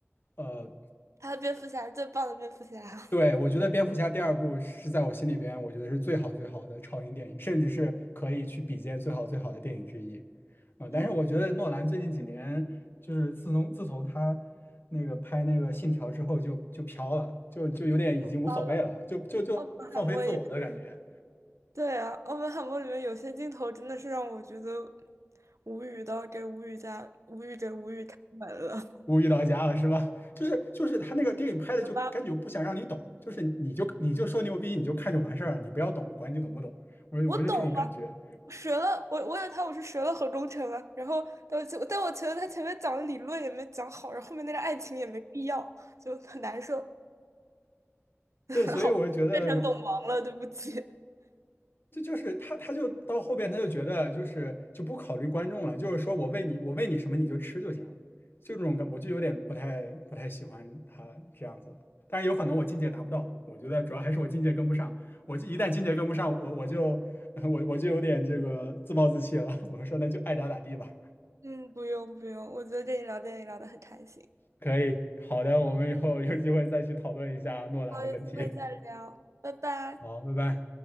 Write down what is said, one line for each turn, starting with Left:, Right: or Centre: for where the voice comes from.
Left: 呃
Right: 他的蝙蝠侠是最棒的蝙蝠侠。
Left: 对，
Right: <laughs>
Left: 我觉得蝙蝠侠第二部是在我心里边，我觉得是最好最好的超英电影，甚至是可以去比肩最好最好的电影之一。啊、
Right: 嗯，
Left: 但是我觉得诺兰最近几年，就是自从自从他那个拍那个《信条》之后就，就飘了，就就有点已经无所谓了，
Right: 好的
Left: 就就就放飞自我的感觉，
Right: 奥本海默也对啊，奥本海默里面有些镜头真的是让我觉得无语到给无语加无语给无语开门了，
Left: 无语到家了是吧？<laughs> 就是就是他那个电影拍的就感觉不想让你懂，
Right: <laughs> 对吧？
Left: 就是你就你就说牛逼，你就看就完事儿了，你不要懂，管你懂不懂。我我就这种感觉。
Right: 我懂啊，折了，我我以为他我是折了何忠诚了。然后但我觉但我觉得他前面讲的理论也没讲好，然后后面那个爱情也没必要，就很难受。
Left: 对，
Right: <laughs>
Left: 所以我就觉得。
Right: 好吧变成本王了，对不起。
Left: 这就是他，他就到后边他就觉得就是就不考虑观众了，就是说我喂你，我喂你什么你就吃就行了，就这种感，我就有点不太不太喜欢他这样子了。但然有可能我境界达不到，我觉得主要还是我境界跟不上。我就一旦境界跟不上，我我就 <laughs> 我我就有点这个自暴自弃了。<laughs> 我说那就爱咋咋地吧。
Right: <laughs> 嗯，不用不用，我觉得跟你聊电影聊得很开心。
Left: 可以，好的，我们以后有机会再去讨论一下诺兰的问题。
Right: 好，有机会再聊，拜拜。
Left: <laughs> 好，拜拜。